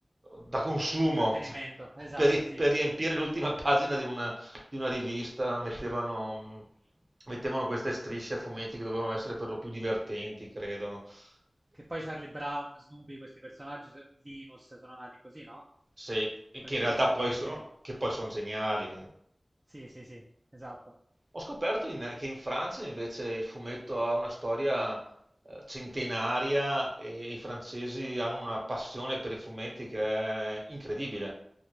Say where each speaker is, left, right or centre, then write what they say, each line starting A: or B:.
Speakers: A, on the right (about 50°); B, on the right (about 30°).
A: da consumo.
B: intrattenimento,
A: <laughs>
B: esatto,
A: per, ri-
B: sì.
A: per riempire l'ultima pagina di una, di una rivista mettevano, mettevano queste strisce a fumetti che dovevano essere per lo più divertenti, credo,
B: Che poi
A: che,
B: Charlie Brown, Snoopy, questi personaggi, so- Linus, sono nati così, no?
A: se- che
B: Con le
A: in
B: strisce
A: realtà
B: a
A: poi
B: fumetti.
A: sono,
B: de-
A: che poi sono geniali.
B: Sì, sì, sì, esatto.
A: Ho scoperto in- che in Francia invece il fumetto ha una storia eh, centenaria e i francesi hanno una passione per i fumetti che è incredibile.